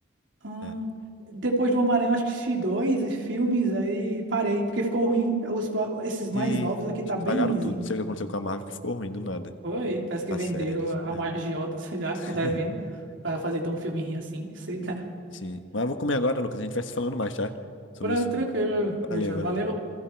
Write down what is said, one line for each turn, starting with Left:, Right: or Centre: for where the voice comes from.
Right: Ah,
Left: É.
Right: depois do Homem-Aranha, eu acho que assisti dois filmes, aí parei, porque ficou ruim. Os, pro- esses mais
Left: E
Right: novos aqui tá
Left: estragaram
Right: bem ruinzinho.
Left: tudo. Não sei o que aconteceu com a Marvel, que ficou ruim do nada.
Right: Foi, parece que
Left: As
Right: venderam
Left: séries,
Right: a
Left: né?
Right: uma agiota, <laughs> sei lá,
Left: <laughs>
Right: que estão devendo, pra fazer tão um filme ruim assim, sei lá.
Left: Sim. Mas eu vou comer agora, Lucas. A gente vai se falando mais, tá? Sobre
Right: Pronto,
Left: os filmes.
Right: tranquilo, Gustavo.
Left: Valeu, valeu.
Right: Valeu.